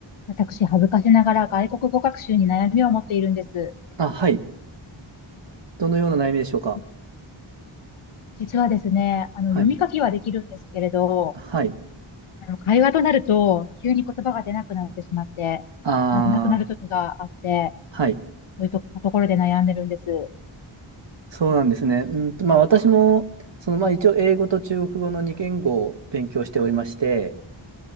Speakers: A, on the left; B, on the right.
A: 私、恥ずかしながら外国語学習に悩みを持っているんです。
B: あ、はい。どのような悩みでしょうか。
A: じ実はですね、あの、
B: はい。
A: 読み書きはできるんですけれど、
B: はい。
A: あの、会話となると、急に言葉が出なくなってしまって、
B: あ
A: なくなくなる時があって、
B: あ、はい。
A: そういうとところで悩んでるんです。
B: そうなんですね。うんと、まあ私も、その、まあ一応英語と中国語の2言語を勉強しておりまして、